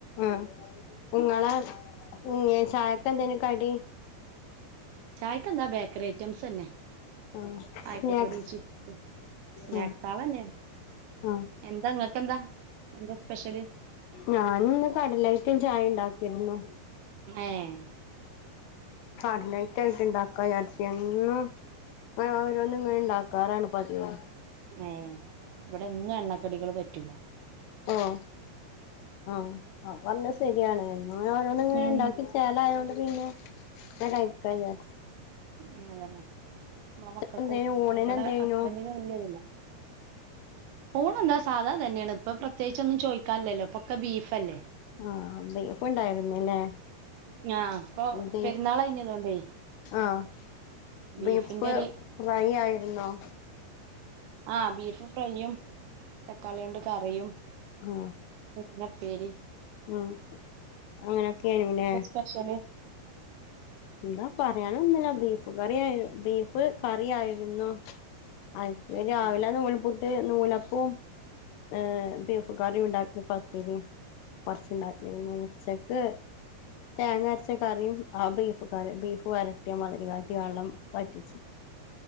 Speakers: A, on the left; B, on the right.
A: ഉം ഇങ്ങള ഇങ്ങെ ചായക്കെന്തേന് കടി?
B: ചായ്ക്കെന്താ ബേക്കറി ഐറ്റംസ് തന്നെ
A: ആ
B: ആക്കപ്പൊരി
A: സ്നാക്സ്
B: ചിപ് സ്നാക്സ്
A: ആ
B: ആളന്നെ
A: ആ
B: എന്താ ഇങ്ങക്കെന്താ എന്താ സ്പെഷ്യല്?
A: ഞാനിന്ന് കടലയ്റ്റും ചായേം ഇണ്ടാക്കിയിരുന്നു
B: ഏഹ്
A: കട്ലൈറ്റായിട്ട് ഇണ്ടാക്കാ വിചാരിച്ചു എന്നും ഇങ്ങനെ ഓരോന്നിങ്ങനെ ഇണ്ടാ ക്കാറാണ് പതിവ്
B: ഏഹ് ഇവിടെന്നും എണ്ണക്കടികള് പറ്റൂലാ
A: ഓഹ് ആഹ് അത് പറഞ്ഞത് ശെരിയാണ് എന്നും ഓരോന്ന് ഇങ്ങനെ
B: ഉം
A: ഇണ്ടാക്കി ച്ചേലായോണ്ട് പിന്നെ ഞാൻ കഴിക്കാഞ്ഞേ
B: ഉം അതന്നെ നമ്മടെ മക്കക്ക്
A: എന്തേനു
B: <inaudible>
A: ഊണിന്
B: ഇവിടെ
A: എന്തേനു
B: ഹസ്ബൻഡിനു വല്യ ഇതില്ല ഊണ് എന്താ സാധാ തന്നെയാണ് ഇപ്പ പ്രത്യേകിച്ച് ഒന്നും ചോ ക്കാല്ലല്ലോ ഇപ്പക്കെ ബീഫല്ലേ
A: ആഹ് ബീഫ് ഇണ്ടായിരുന്നില്ലേ?
B: ആഹ് ഇപ്പൊ
A: ബീഫ്
B: പെരുന്നാള് കഴിഞ്ഞതോണ്ടേ
A: ആഹ്
B: ബീഫിന്റെ
A: ബീഫ്
B: ഒരു
A: ഫ്രൈ ആയിരുന്നോ?
B: ആഹ് ബീഫ് ഫ്രൈയും തക്കാളി കൊണ്ട് കറിയും
A: ആഹ്
B: പിന്ന ഉപ്പേരി
A: ഉം അങ്ങനൊക്കെ ആയ്നുല്ലേ
B: സ്പെഷ്യൽ
A: എന്താ പറയാൻ ഒന്നുല്ല ബീഫ് കറി ആയിരു ബീഫ് കറി ആയിരുന്നു അയ്ക്ക്
B: ആഹ്
A: രാവിലെ നൂൽപ്പുട്ട് നൂലപ്പവും ഏഹ് ബീഫ്കറി ഉണ്ടാക്കി പത്തിരിയും കൊറച്ച് ഉണ്ടാക്കിയിരുന്നു ഉച്ചക്ക് തേങ്ങ അരച്ച കറിയും ആ ബീഫ കറി ബീഫ് വരട്ടിയ മാതിരി കാട്ടി വെള്ളം വറ്റിച്ചു